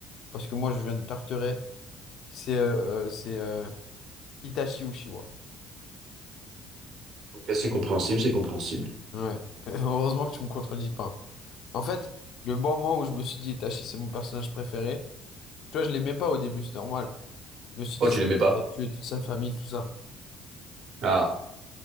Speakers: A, on the left; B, on the right.
A: Parce que moi, je viens de Tarteret. C'est euh, euh, c'est euh, Itachi Uchiwa.
B: Ok, c'est compréhensible, c'est compréhensible.
A: Ouais. <laughs> Heureusement que tu me contredis pas. En fait, le bon moment où je me suis dit Itachi, c'est mon personnage préféré, Tu vois, je l'aimais pas au début, c'est normal. Je me suis
B: Oh,
A: dit,
B: tu
A: ça
B: l'aimais pas?
A: va tuer toute sa famille, tout ça.
B: Ah,